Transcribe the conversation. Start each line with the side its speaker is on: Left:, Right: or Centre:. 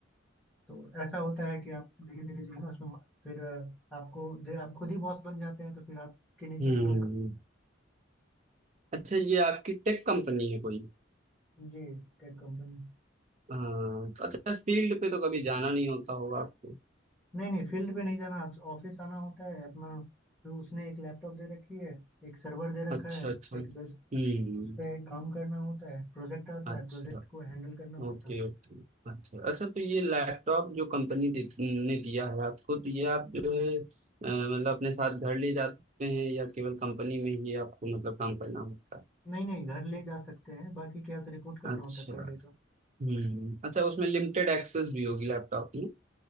Centre: तो ऐसा होता है कि आप धीरे धीरे जो है ना उसमें फिर अ, आपको आपको खुद ही बॉस बन जाते हैं तो फिर आपके नीचे
Right: हम्म
Centre: से लोग
Right: अच्छा ये आपकी टेक कंपनी है कोई
Centre: जी टेक कंपनी
Right: हाँ तो अच्छा फील्ड पे तो कभी जाना नहीं होता होगा आपको
Centre: नहीं नहीं फील्ड पे नहीं जाना ऑफिस आना होता है अपना जो उसने एक लैपटॉप दे रखी है एक सर्वर दे रखा
Right: अच्छा
Centre: है
Right: अच्छा
Centre: एक
Right: हम्म
Centre: दस, उस पे काम करना होता है प्रोजेक्ट आता
Right: अच्छा
Centre: है प्रोजेक्ट को हैंडल करना
Right: Okay
Centre: पड़ता है
Right: okay अच्छा अच्छा तो ये लैपटॉप जो कंपनी दे, ने दिया है आपको तो ये आप जो है अ, मतलब अपने साथ घर ले जा सकते हैं या केवल कंपनी में ही आपको मतलब काम करना होता
Centre: नहीं नहीं घर ले जा सकते हैं बाकी क्या होता है रिपोर्ट करना
Right: है अच्छा
Centre: होता है पर डे का
Right: हम्म अच्छा उसमें लिमिटेड एक्सेस भी होगी लैपटॉप में